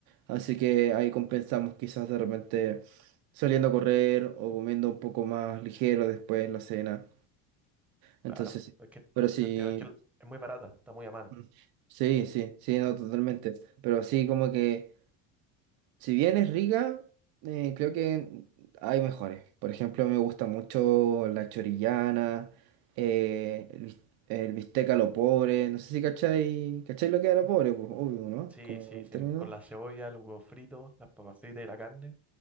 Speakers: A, on the right; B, in the centre.
A: Así que ahí compensamos quizás de repente saliendo a correr o comiendo un poco más ligero después en la cena. Entonces,
B: Claro,
A: sí.
B: es que
A: pero sí,
B: te entiendo, es que es muy barata, está muy a mano.
A: mm, sí, sí, sí, no, totalmente. Pero así como que, si bien es rica, eh, creo que hay mejores. Por ejemplo, me gusta mucho la chorillana, eh, el, bis- el bistec a lo pobre. No sé si cachai, cachai lo que es a lo pobre, pues, obvio, ¿no?
B: Sí,
A: Como
B: sí,
A: el
B: sí.
A: término.
B: Con la cebolla, el huevo frito, las papas fritas y la carne.